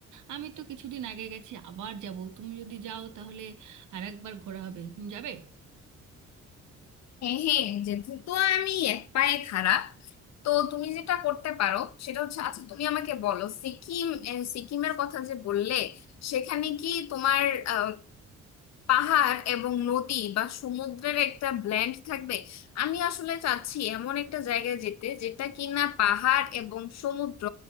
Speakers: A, on the right; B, on the left.
A: আমি তো কিছুদিন আগে গেছি আবার যাব তুমি যদি যাও তাহলে আর একবার ঘোরা হবে তুমি যাবে
B: হ্যাঁ হ্যাঁ যেহেতু তো আমি এক পায়ে খাড়া তো তুমি যেটা করতে পারো সেটা হচ্ছে আচ্ছা তুমি আমাকে বলো সিকিম আহ, সিকিমের কথা যে বললে সেখানে কি তোমার আহ, পাহাড় এবং নদী বা সমুদ্রের একটা ব্ল্যান্ড থাকবে আমি আসলে চাচ্ছি এমন একটা জায়গায় যেতে যেটা কিনা পাহাড় এবং সমুদ্র